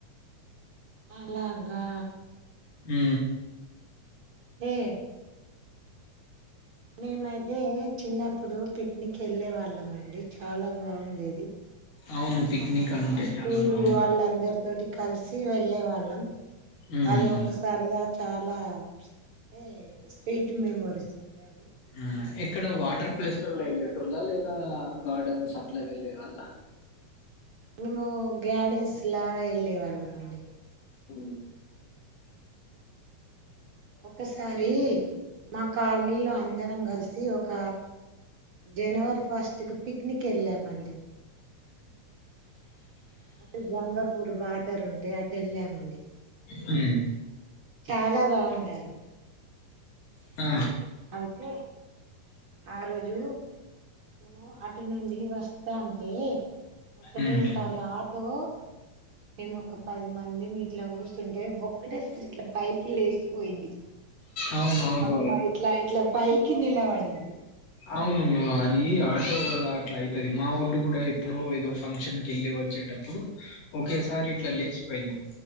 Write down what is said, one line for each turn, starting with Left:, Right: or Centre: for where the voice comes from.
Right: అలాగా
Left: ఊ
Right: ఏ మీమాతే చిన్నప్పుడు పిక్నిక్ వెళ్ళే వాళ్ళం అండి చాలా బాగుండేది
Left: అవును పిక్నిక్
Right: ఆ
Left: అంటే
Right: మా స్కూలు
Left: చాలా బాగుంటది
Right: వాళ్ళ అందరి తోటి కలిసి వెళ్ళే వాళ్ళం
Left: ఉమ్
Right: అది ఒకసారిదా చాలా ఏ స్వీట్ మెమోరిీస్ అడి అవి
Left: ఆ ఇక్కడ వాటర్ ప్లేస్లలో వెళ్ళేటల్ళ లేదా గార్డెన్స్ అట్లా వెళ్ళే వాల్ళ
Right: మేము గార్డెన్స్ లా వెళ్ళే వాళ్ళం అండి
Left: ఉ
Right: ఒకసారి మా కాలనీలో అందరం కలిసి ఒక జనవరి ఫస్ట్ కి పిక్నిక్ వెళ్ళామండి. అటు గంగాపూర్ వాటర్ ఉంటే అటు వెళ్ళామండి.
Left: ఉ
Right: చాలా బాగుండది.
Left: ఆ
Right: అయితే ఆ రోజు మేము అటు నుండి వస్తా అంటే ఒకటే
Left: ఉమ్
Right: సారి ఆటో మేము ఒక పది మంది మీ ఇట్లా కూస్తుంటే ఒక్కటేసారి ఇట్లా పైకి లేసిపోయింది.
Left: అవును అవును
Right: అమ్మా ఇట్లా ఇట్లా పైకి నిలబడింది,
Left: అవును అది ఆటోళ అట్లా అయితది మా ఒళ్ళు కూడా ఎప్పుడో ఏదో ఫంక్షన్ కి వెళ్ళి వచ్చే ప్పుడు ఒకేసారి
Right: ఆ
Left: ఇట్లా లేచిపోయింది